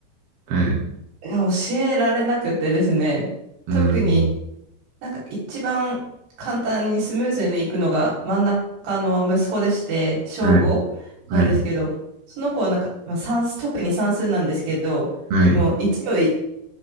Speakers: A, on the right; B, on the right.
A: はい、
B: いや、教えられなくてですね。
A: うん、
B: 特になんか一番簡単にスムーズにいくのが真ん中の息子でして、小5なんですけど、
A: はい、はい、
B: その子はなんか、まあ、算数、特に算数なんですけど、
A: はい、
B: もう1をい